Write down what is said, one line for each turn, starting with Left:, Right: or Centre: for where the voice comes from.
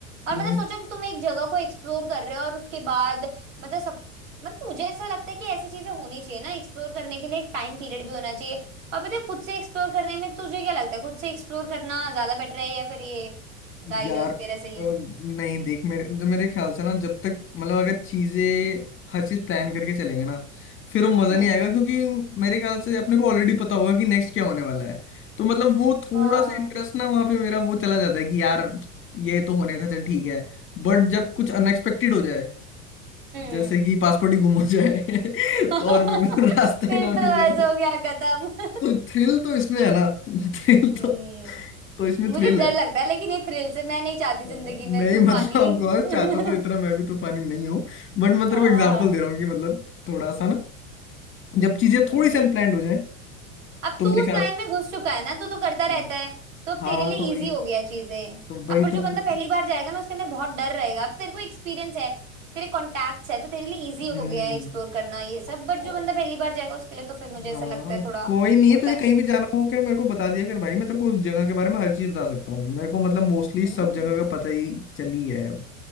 Right: और
Left: हम्म,
Right: मतलब सोचो कि तुम एक जगह को एक्सप्लोर कर रहे हो और उसके बाद मतलब सब मतलब मुझे ऐसा लगता है कि ऐसी चीजें होनी चाहिए ना एक्सप्लोर करने के लिए एक टाइम पीरियड भी होना चाहिए और पता है खुद से एक्सप्लोर करने में तुझे क्या लगता है खुद से एक्सप्लोर करना ज्यादा बेटर है या फिर ये गाइड
Left: यार
Right: वगैरह
Left: अ,
Right: सही
Left: नहीं
Right: है
Left: देख मेरे मतलब मेरे ख्याल से ना जब तक मतलब अगर चीजें हर चीज प्लान करके चलेंगे ना फिर वो मजा
Right: हम्म
Left: नहीं आएगा क्योंकि मेरे ख्याल से अपने को ऑलरेडी पता होगा कि नेक्स्ट क्या होने वाला है तो मतलब वो थोड़ा
Right: हाँ
Left: सा इंटरेस्ट ना वहाँ पे मेरा वो चला जाता है कि यार ये तो होने था चल ठीक है बट जब कुछ अनएक्सपेक्टेड हो जाए
Right: हम्म
Left: जैसे कि पासपोर्ट ही गुम हो जाए <laughs>
Right: <laughs>
Left: तो और मेरे को रास्ता
Right: फिर
Left: ही ना
Right: तो ऐसा
Left: मिले
Right: हो गया खत्म <laughs>
Left: तो थ्रिल तो इसमें है ना <laughs> थ्रिल
Right: हम्म
Left: तो तो इसमें
Right: मुझे
Left: थ्रिल
Right: डर
Left: है
Right: लगता है लेकिन ये थ्रिल से मैं नहीं चाहती
Left: अ, नहीं
Right: जिंदगी में तूफानी
Left: मतलब आपको और
Right: <laughs>
Left: चाहता तो इतना मैं भी तूफानी नहीं हूँ बट मैं तेरे
Right: हाँ
Left: को एग्जांपल दे रहा हूँ कि मतलब थोड़ा सा ना जब चीजें
Right: हम्म
Left: थोड़ी सी अनप्लान्ड हो जाए
Right: अब
Left: तो
Right: तू
Left: मेरे
Right: उस
Left: ख्याल
Right: लाइन में घुस चुका है ना तू तो करता रहता
Left: से
Right: है तो अब
Left: हाँ
Right: तेरे लिए
Left: तो वही
Right: इजी हो गया चीजें
Left: तो
Right: अब
Left: वही
Right: पर
Left: तो
Right: जो
Left: मैं
Right: बंदा
Left: चाहता
Right: पहली
Left: हूँ।
Right: बार जाएगा ना उसके अंदर बहुत डर रहेगा अब तेरे को एक्सपीरियंस है तेरे कॉन्टैक्ट्स है तो तेरे लिए इजी
Left: हम्म
Right: हो गया है एक्सप्लोर करना ये सब बट
Left: ओ,
Right: जो बंदा पहली बार जाएगा उसके लिए तो फिर मुझे
Left: हाँ
Right: ऐसा लगता है थोड़ा
Left: कोई नहीं है
Right: होता
Left: तुझे
Right: है
Left: कहीं भी जाना हो क्या मेरे को बता दिया कर भाई मैं तेरे को उस जगह के बारे में हर चीज बता सकता हूँ मेरे को मतलब मोस्टली
Right: हम्म
Left: सब जगह का पता ही चली है अब